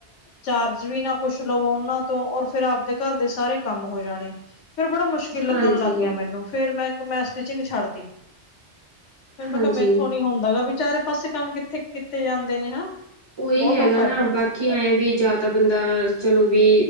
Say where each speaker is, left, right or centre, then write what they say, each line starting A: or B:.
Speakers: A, on the left; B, on the right.
A: ਚਾਰਜ ਵੀ ਨਾ ਕੁਛ ਲਵੋ ਉਹਨਾਂ ਤੋਂ। ਔਰ ਫਿਰ ਆਪਦੇ ਘਰ ਦੇ ਸਾਰੇ ਕੰਮ ਹੋ ਜਾਣੇ। ਫਿਰ ਮੁਸ਼ਕਿਲ ਲੱਗਣ
B: ਹਾਂਜੀ
A: ਲੱਗ ਗਿਆ ਮੈਨੂੰ। ਫੇਰ ਮੈਂਕ, ਮੈਂ ਸਟਿਚਿੰਗ ਛੱਡਤੀ। ਫਿਰ ਮੈਂ
B: ਹਾਂਜੀ
A: ਕਿਹਾ ਮੈਂਥੋਂ ਨੀ ਹੁੰਦਾ ਗਾ। ਵੀ ਚਾਰੇ ਪਾਸੇ ਕੰਮ ਕਿੱਥੇ ਕੀਤੇ ਜਾਂਦੇ ਨੇ ਹਨਾ।
B: ਓਈ
A: ਬਹੁਤ
B: ਹੈਗਾ
A: ਔਖਾ
B: ਨਾ।
A: ਜਾਂਦਾ
B: ਬਾਕ ਕੀ ਐ ਵੀ, ਜਾਂ ਤਾਂ ਬੰਦਾ ਚਲੋ ਵੀ,